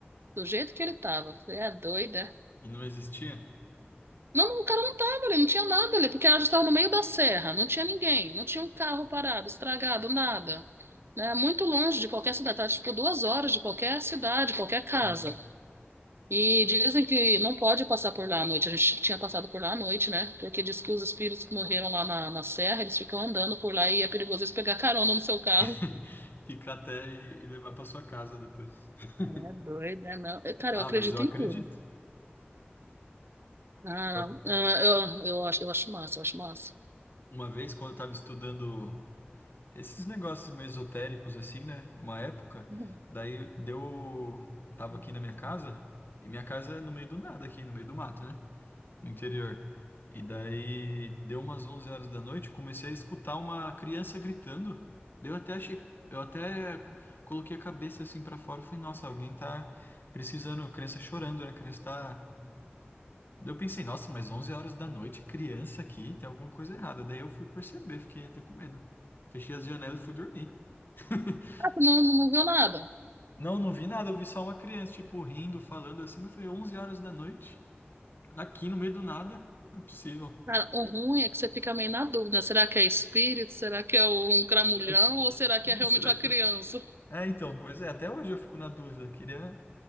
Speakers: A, on the right; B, on the left.
A: do jeito que ele tava. Eu Falei: é doida.
B: E não existia?
A: Não, não, o cara não tava ali, não tinha nada ali, porque ela já estava no meio da serra, não tinha ninguém, não tinha um carro parado, estragado, nada né, muito longe de qualquer cidade, tá, tipo duas horas de qualquer cidade, qualquer casa.
B: Nossa,
A: E dizem que não pode passar por lá à noite. A gente tinha passado por lá à noite, né? Porque diz que os espíritos que morreram lá na, na serra, eles ficam andando por lá e é perigoso eles pegar carona no seu carro.
B: <laughs> ficar até e, e levar para sua casa depois. <laughs>
A: É doido, né? Não. Eu, Cara,
B: Ah,
A: eu acredito
B: mas eu acredito.
A: em tudo. Ah,
B: Eu acredito.
A: não. Ah, eu, eu acho, eu acho massa, eu acho massa.
B: Uma vez, quando eu estava estudando esses negócios meio esotéricos, assim, né? Uma época,
A: Uhum.
B: daí deu. Tava aqui na minha casa, e minha casa é no meio do nada, aqui no meio do mato, né? no interior. E daí deu umas 11 horas da noite, comecei a escutar uma criança gritando. Daí Eu até achei, eu até coloquei a cabeça assim pra fora e falei, nossa, alguém tá precisando, criança chorando, né? Criança tá. Daí eu pensei, nossa, mas 11 horas da noite, criança aqui, tem alguma coisa errada. Daí eu fui perceber, fiquei até com medo. Fechei as janelas e fui dormir. <laughs>
A: Ah, tu não, não viu nada.
B: Não, não vi nada, eu vi só uma criança, tipo, rindo, falando assim, mas foi 11 horas da noite, aqui no meio do nada, não é possível.
A: Cara, o ruim é que você fica meio na dúvida. Será que é espírito? Será que é um cramulhão?
B: Será
A: Ou
B: que,
A: será que é realmente
B: será
A: uma
B: que
A: criança?
B: É, então, pois é, até hoje eu fico na dúvida, queria,